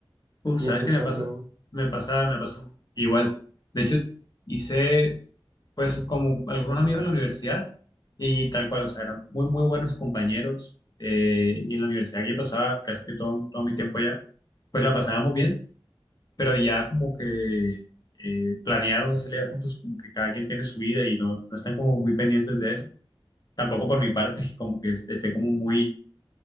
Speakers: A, on the left; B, on the right.
A: Uf,
B: Y
A: ¿sabes
B: en tu
A: qué me
B: caso,
A: pasa? Me pasa, me pasa igual. De hecho, hice pues como algunos amigos en la universidad y tal cual, o sea, eran muy, muy buenos compañeros. eh, y en la universidad que yo pasaba casi que todo, todo mi tiempo allá, pues la pasábamos bien pero ya como que eh, planearon una salida juntos, como que cada quien tiene su vida y no, no están como muy pendientes de eso. Tampoco por mi parte, <laughs> como que est- esté como muy,